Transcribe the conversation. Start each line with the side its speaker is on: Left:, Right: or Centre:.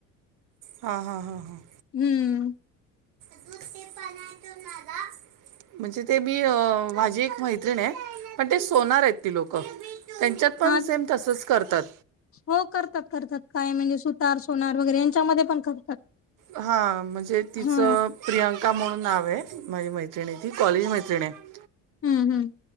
Right: हा, हा, हा, हा.
Left: हम्म.
Right: <unintelligible> म्हणजे ते मी माजी एक मैत्रिण हाए पण ते सोनार आहेत ती लोक. त्यांच्यात पण
Left: हा
Right: सेम तसच करतात.
Left: हो. करतात. करतात. काय म्हणजे सुतार, सोनार वगैरे यांच्यामध्ये पण करतात.
Right: हा. म्हणजे तिचं
Left: हा
Right: -- प्रियांका म्हणून नाव हाए. माझी मैत्रिणी ती कॉलेज मैत्रिणी हायं.
Left: हम्म. हम्म.